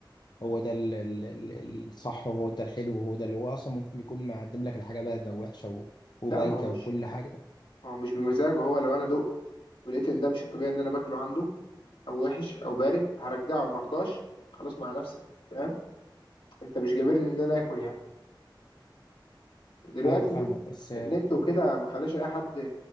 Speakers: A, on the left (about 55°); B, on the left (about 85°).
A: هو ده ال- ال- ال- الصح وهو ده الحلو وهو ده اللي هو اصلا ممكن يكون مقدم لك الحاجه بارده ووحشه و- وبايته
B: لا ما هو مش
A: وكل حاجه
B: ما هو مش بمزاجه هو لو انا دقت ولقيت ان ده مش الطبيعي ان انا باكله عنده او وحش او بارد هرجعه مرضاش خلاص مع نفسك فاهم انت مش جابرني ان انا اكل يعني ودلوقتي
A: ايوه فاهمك
B: النت
A: بس
B: النت وكده ما خلاش اي حد